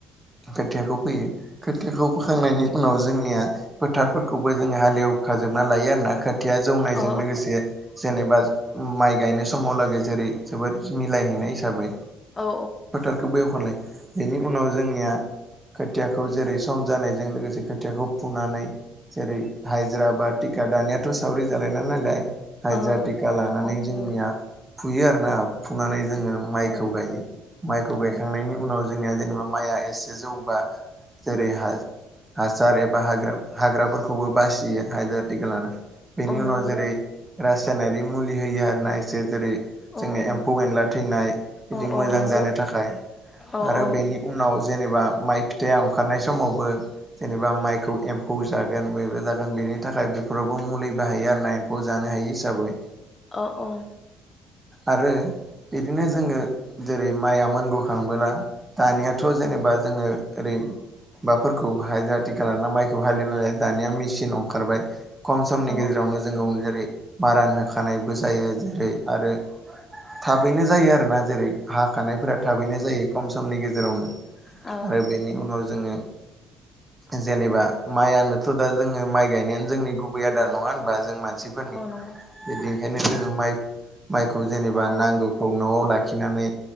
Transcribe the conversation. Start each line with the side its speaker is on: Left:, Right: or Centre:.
Right: खोथियाखौ फोयो खोथियाखौ फोखांनायनि उनाव जोंनिया फोथारफोरखौबो जोङो हालेव खाजोबना लायो आरोना खोथिया खोथिया जौनायजों
Left: औ
Right: लोगोसे जेनेबा माइ गायनाय समावलागै जेरै जोबोद मिलायहैनाय हिसाबै
Left: औ
Right: <unintelligible> गुबै अखलाय बेनि उनाव जोंनिया खोथियाखौ जेरै सम जानायजों लोगोसे खोथियाखौ फुनानै जेरै हाजिर बाद टिखाा दानियाथ' सावरि जालायला नालाय हाजिराटिका
Left: औ
Right: लानानै
Left: औ औ
Right: जोंनिया
Left: नंगौ
Right: फुयो आरो ना फुनानै जोङो माइखौ
Left: औ
Right: गायो माइखौ गाय
Left: औ
Right: उनाव जोंनिया जेनेबा माइआ एसे जौबा जेरै हासार एबा हाग्राफोरखौबो बासियो हाजिरा थिखालाना बेनि
Left: औ
Right: उनाव
Left: नंगौ
Right: जेरै रासायनारि मुलि होयो आर ना एसे जेरै जोंनि
Left: औ औ
Right: एम्फौ एनला थैनाय बिदि
Left: औ
Right: मोजां
Left: औ नंगौ
Right: जानो थाखाय
Left: औ
Right: आरो
Left: औ
Right: बेनि उनाव जेन एबा माइ फिथाइया ओंखारनाय समावबो जेनेबा माइखौ एम्फौ जागोन बबो जागोन बेनि थाखाय बेफोरावबो मुलि बाहायो आर ना एम्फौ जानो हायि हिसाबै
Left: अ औ
Right: आरो बिदिनो जोङो जेरै माइआ मोनगौ खांबोला दानियाथ' जेनेबा जोङो ओरै माफोरखौ ह आथिखाल ना माइखौ हालिव नालाय दानिया मेचिन ओंखारबाय खम समनि
Left: औ
Right: गेजेरावनो जोङो जेरै मारान होखानायबो जायो जेरै आरो थाबैनो जायो आरोना जेरै हाखानायफोरा थाबैनो जायो खम समनि गेजेराव गेरावनो
Left: औ
Right: आरो बेनि उनाव जोङो जेनेबा माइआनोथ' दा। जोङो माइ गायनायानो जोंनि। गुबै आदार
Left: औ
Right: नङा होनबा जों मानसिफोरनि
Left: औ नंगौ
Right: बिदिखायनो। जोङो माइ। माइखौ जेनेबा
Left: औ औ
Right: नांगौखौ न'आव लाखि। खिनानै